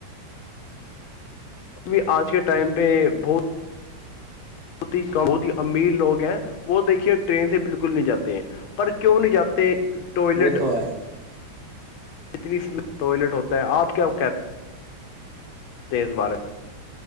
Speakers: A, on the left (about 80°); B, on the right (about 55°).
A: ابھی آج کے ٹائم پہ بہت بہت ہی کم بہت ہی امیر لوگ ہیں وہ دیکھیے ٹرین سے بالکل نہیں جاتے ہیں پر کیوں نہیں جاتے ٹوائلٹ
B: وہ تو ہے
A: اتنی سمت ٹوائلٹ ہوتا ہے آپ کیا کہتے تیز بارے میں